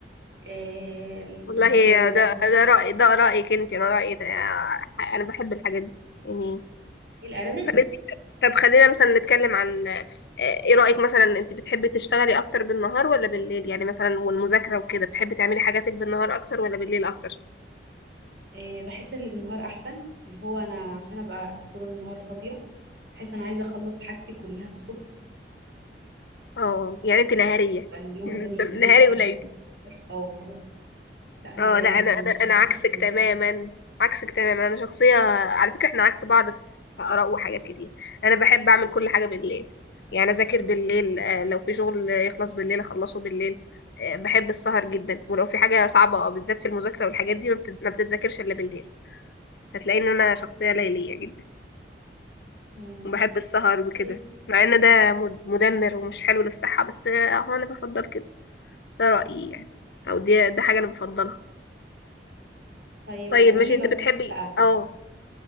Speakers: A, on the right; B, on the left.
A: آه، الفاصوليا
B: والله
A: بقى
B: ده ده رأي ده رأيك انت انا رأيي ده- انا بحب الحاجات دي يعني
A: الارانب
B: طب انت طب خلينا مثلا نتكلم عن آه، ايه رأيك مثلا انت بتحبي تشتغلي اكتر بالنهار ولا بالليل يعني مثلا والمذاكرة وكده بتحبي تعملي حاجاتك بالنهار اكتر ولا بالليل اكتر
A: آه، بحس ان اللي بالنهار احسن اللي هو انا عشان ابقى طول النهار فاضيه بحس انا عايزه اخلص حاجتي كلها الصبح
B: اه يعني انت نهارية
A: اليوم
B: <laughs>
A: قدامي طويل
B: نهاري
A: واحب
B: قليل
A: انجز اكتر او هراجع لا انا
B: اه
A: هراجع
B: لا
A: جدا
B: انا انا
A: ما
B: انا
A: بحبش
B: عكسك
A: الليل
B: تماما عكسك تماما انا شخصيه على فكره احنا عكس بعض في اراء وحاجات كتير انا بحب اعمل كل حاجه بالليل يعني اذاكر بالليل آه، لو في شغل يخلص بالليل اخلصه بالليل آه، بحب السهر جدا ولو في حاجه صعبه آه، بالذات في المذاكره والحاجات دي ما بتت- ما بتتذاكرش الا بالليل هتلاقي ان انا شخصيه ليليه جدا
A: مم.
B: وبحب السهر وكده
A: طيب
B: مع ان ده مد- مدمر ومش حلو للصحه بس آه، اهو انا بفضل كده ده رايي يعني او دي ده حاجه انا بفضلها
A: طيب
B: طيب
A: قولي
B: ماشي
A: لي
B: انت بتحبي
A: بقى
B: اه